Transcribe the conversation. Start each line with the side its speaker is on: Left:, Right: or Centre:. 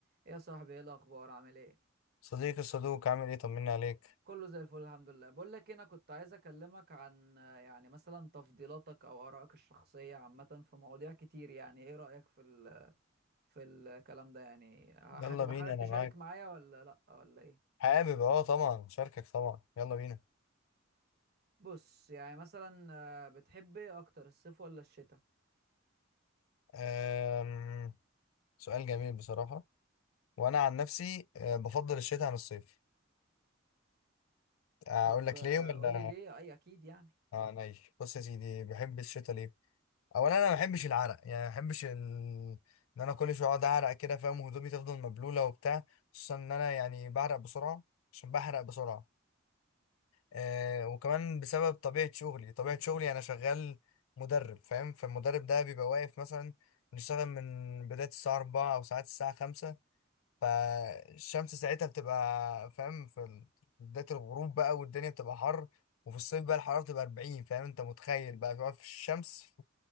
Right: يا صاحبي ايه الاخبار عامل ايه
Left: صديقي الصدوق عامل ايه طمني عليك
Right: كله زي الفل الحمد لله بقول لك إيه، انا كنت عايز اكلمك عن آه، يعني مثلا تفضيلاتك او ارائك الشخصيه عامه في مواضيع كتير يعني ايه رايك في ال في الكلام ده يعني ه- هتبقى
Left: يلا بينا
Right: حابب
Left: انا
Right: تشارك
Left: معاك
Right: معايا ولا لا ولا ايه
Left: حابب اه طبعا شاركك طبعا يلا بينا
Right: بص يعني مثلا آه، بتحب ايه اكتر الصيف ولا الشتاء
Left: أم... سؤال جميل بصراحة وانا عن نفسي آه، بفضل الشتاء عن الصيف اقول
Right: طب
Left: لك
Right: آه،
Left: ليه ولا
Right: قول لي ليه اي اكيد يعني
Left: اه نايش بص يا سيدي بحب الشتاء ليه اولا انا ما بحبش العرق يعني ما بحبش ال... ان انا كل شويه اقعد اعرق كده فاهم وهدومي تفضل مبلوله وبتاع خصوصا ان انا يعني بعرق بسرعه عشان بحرق بسرعه آه وكمان بسبب طبيعة شغلي طبيعة شغلي أنا شغال مدرب فاهم فالمدرب ده بيبقى واقف مثلا بنشتغل من بداية الساعة 4 أو ساعات الساعة 5 فالشمس ساعتها بتبقى فاهم في ال- بداية الغروب بقى والدنيا بتبقى حر وفي الصيف بقى الحرارة بتبقى 40 فاهم أنت متخيل بقى بتقعد في الشمس